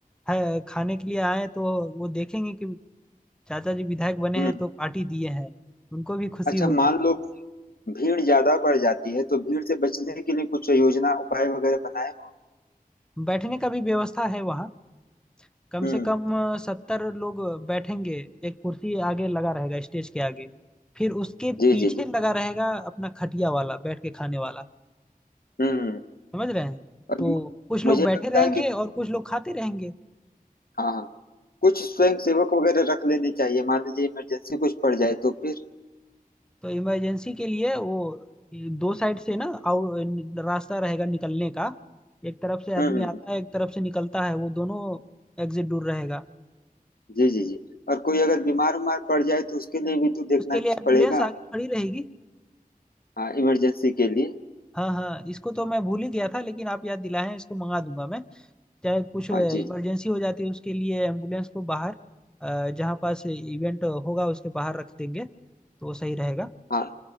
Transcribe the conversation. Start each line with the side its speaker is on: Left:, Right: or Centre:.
Centre: अ, खाने के लिए आए तो वो देखेंगे कि चाचा जी विधायक बने
Left: हम्म
Centre: हैं तो पार्टी दिए हैं उनको भी खुशी
Left: अच्छा
Centre: होगी
Left: मान लो भीड़ ज्यादा बढ़ जाती है तो भीड़ से बचने के लिए कुछ योजना उपाय वगैरह बनाए हो
Centre: बैठने का भी व्यवस्था है वहाँ कम
Left: हम्म
Centre: से कम सत्तर लोग बैठेंगे एक कुर्सी आगे लगा रहेगा स्टेज के आगे फिर उसके
Left: जी
Centre: पीछे
Left: जी जी
Centre: लगा रहेगा अपना खटिया वाला बैठ के खाने वाला
Left: हम्म
Centre: समझ रहे हैं
Left: और
Centre: तो कुछ लोग
Left: मुझे
Centre: बैठे
Left: लगता
Centre: रहेंगे
Left: है कि
Centre: और कुछ लोग खाते रहेंगे
Left: हाँ हाँ कुछ स्वयं सेवक वगैरह रख लेने चाहिए मान लीजिए इमरजेंसी कुछ पड़ जाए तो फिर
Centre: तो इमरजेंसी के लिए वो ये दो साइड से ना आउ रास्ता रहेगा निकलने का एक तरफ से आदमी
Left: हम्म हम्म,
Centre: आता है एक तरफ से निकलता है वो दोनों एग्जिट दूर रहेगा
Left: जी जी जी और कोई अगर बीमार उमार पड़ जाए तो उसके लिए भी तो देखना
Centre: उसके लिए एम्बुलेंस
Left: पड़ेगा
Centre: आगे खड़ी रहेगी
Left: हाँ इमरजेंसी के लिए
Centre: हाँ हाँ इसको तो मैं भूल ही गया था लेकिन आप याद दिलाएं इसको मंगा दूंगा मैं चाहे कुछ इमरजेंसी
Left: हाँ जी जी
Centre: हो जाती है उसके लिए एम्बुलेंस को बाहर अ, जहाँ पास इवेंट होगा उसके बाहर रख देंगे तो वो सही रहेगा
Left: हाँ